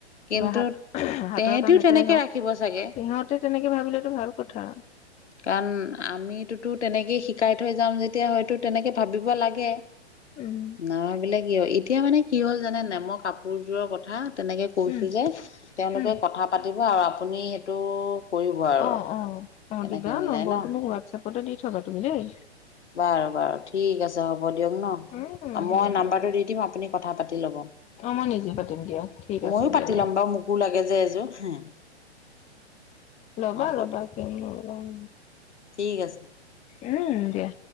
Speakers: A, on the left; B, on the left.
A: কিন্তু
B: কিবা হাত, হাতৰ
A: তেহেঁতিও
B: কাম
A: তেনেকে
B: এটাই হওক
A: ৰাখিব চাগে
B: সিহঁতে তেনেকে ভাবিলটো ভাল কথা।
A: কাৰণ আমিতোতো তেনেকেই শিকাই থৈ যাম যেতিয়া হয়তো তেনেকৈ ভাবিব লাগে।
B: উম।
A: নাভাবিলে কি হয় এতিয়া মানে কি হ'ল জানে নেমৰ কাপোৰযোৰৰ কথা তেনেকে কৈছোঁ
B: উম
A: যে তেওঁলোকে
B: উম
A: কথা পাতিব আৰু আপুনি সেইটো কৰিব আৰু
B: অ', অ', অ',
A: কেনেকে
B: দিবা
A: মিলাই
B: নম্বৰটো
A: ন
B: মোক হোৱাটছএপতে দি থবা তুমি দেই
A: বাৰু বাৰু ঠিক আছে হ'ব দিয়ক ন
B: উম দিয়া
A: মই নাম্বাৰটো
B: দিয়া
A: দি দিম আপুনি কথা পাতি ল'ব।
B: অ, মই নিজে পাতিম দিয়া ঠিক
A: ময়ো
B: আছে দিয়া
A: পাতি
B: বাৰু।
A: ল'ম মোকো <unintelligible>
B: ল'বা,
A: হ'ব
B: ল'বা
A: দিয়ক
B: কো লোৱা ন।
A: ঠিক আছে।
B: উম, দিয়া।